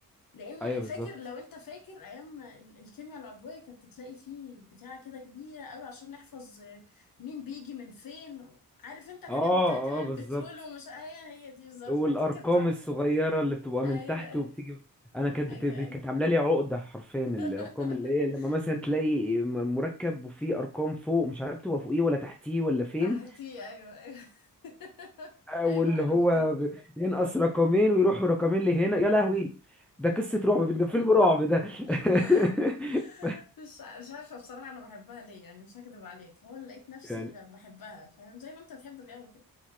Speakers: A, on the left (about 70°); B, in the centre.
A: لان
B: ايوه
A: فاكر
B: بالظبط
A: لو انت فاكر ايام ال- الكيمياء العضويه كانت تلاقي فيه بتاعه كده كبيره قوي عشان نحفظ آه، مين بيجي من فين عارف انت الحاجات
B: اه
A: بتاعه اللي هي
B: اه
A: البترول
B: بالظبط
A: ومش هي هي دي بالظبط
B: والارقام
A: فدي كانت بتاعت-
B: الصغيره اللي بتبقى
A: ايوه
B: من تحت
A: ايوه
B: وبتيجي انا كانت
A: ايوه
B: بت... كانت
A: ايوه
B: عامله لي عقده حرفيا
A: <laughs>
B: الارقام اللي هي لما مثلا تلاقي م- مركب وفيه ارقام فوق مش عارف تبقى فوقيه ولا تحتيه ولا فين
A: تحتي ايوه ايوه <laughs>
B: واللي
A: ايوه عرفتها
B: هو ينقص رقمين ويروحوا رقمين لهنا يا لهوي ده قصة رعب ده فيلم رعب ده
A: <laughs>
B: <laughs>
A: مش ع- مش عارفه بصراحه انا بحبها ليه يعني مش هكذب عليك هو اللي لقيت نفسي
B: يعني
A: ب- بحبها فاهم زي ما انت بتحب الرياضه كده